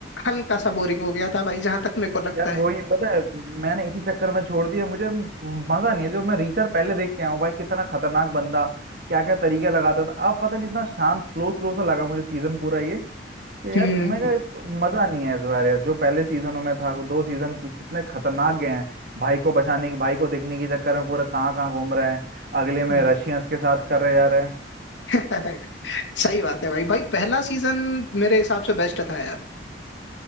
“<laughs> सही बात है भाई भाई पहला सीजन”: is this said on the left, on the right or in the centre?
Left